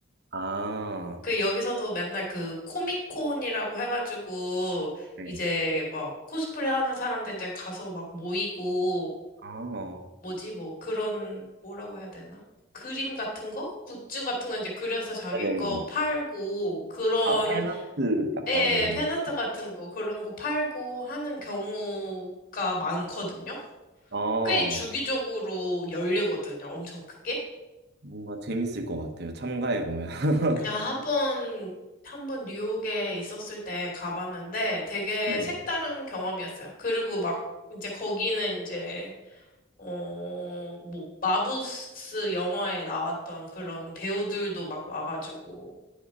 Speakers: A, on the right (about 50°); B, on the left (about 40°).
A: 아,
B: 그 여기서도 맨날 그 코미콘이라고 해가지고
A: 네.
B: 이제 뭐 코스프레 하는 사람들 이제 가서 막 모이고
A: 아,
B: 뭐지 뭐 그런 뭐라고 해야 되나? 그림 같은 거? 굿즈 같은 거 이제 그려서 자기
A: 네네네.
B: 거 팔고 그런
A: 아, 팬아트 약간
B: 예,
A: 이런.
B: 팬아트 같은 거 그런 거 팔고 하는 경우가 많거든요.
A: 아,
B: 꽤 주기적으로 열리거든요. 엄청 크게.
A: 뭔가 재밌을 것 같아요. 참가해보면. <laughs>
B: 야, 한 번, 한 번 뉴욕에 있었을 때 가봤는데 되게
A: 네.
B: 색다른 경험이었어요. 그리고 막 이제 거기는 이제, 어, 뭐, 마블스 영화에 나왔던 그런 배우들도 막 와가지고,